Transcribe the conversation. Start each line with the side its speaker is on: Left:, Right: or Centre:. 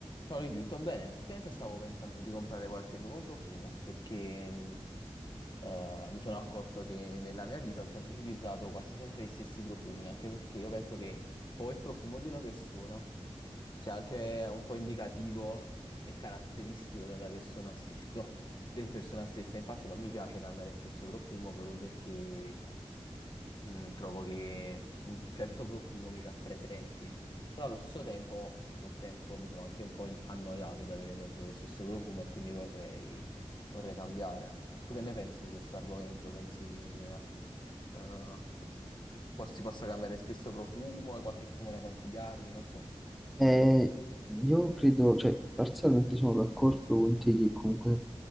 Left: Ciao Luigi, tutto bene? Ultimamente stavo pensando di comprare qualche nuovo profumo perché mh, eh, mi sono No. accorto che nella mia vita ho sempre utilizzato quasi sempre gli stessi profumi, anche perché io penso che un po' il profumo di una persona sia anche un po' indicativo e caratteristico della persona stessa, del persona stessa. Infatti non mi piace cambiare spesso profumo proprio perché mh, trovo che un certo profumo mi rappresenti. Però allo stesso tempo, col tempo mi sono anche un po' in- annoiato di avere sempre lo stesso profumo e quindi vorrei vorrei cambiare. Tu che ne pensi di questo argomento? Pensi che eh, po- si possa cambiare spesso profumo? Hai qualche profumo da consigliarmi? Non so.
Centre: Eh, io credo, cioè, parzialmente sono d'accordo con te che comunque